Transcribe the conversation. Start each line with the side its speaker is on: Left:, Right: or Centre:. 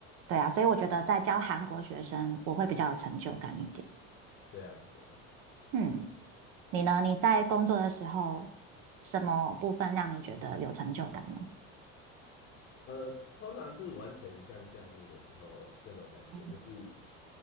Right: 对啊，所以我觉得在教韩国学生，我会比较有成就感一点。
Left: 这样子啊。
Right: 嗯，你呢？你在工作的时候，什么部分让你觉得有成就感呢？
Left: 呃，通常是完成一项项目的时候，那种感觉就是
Right: 嗯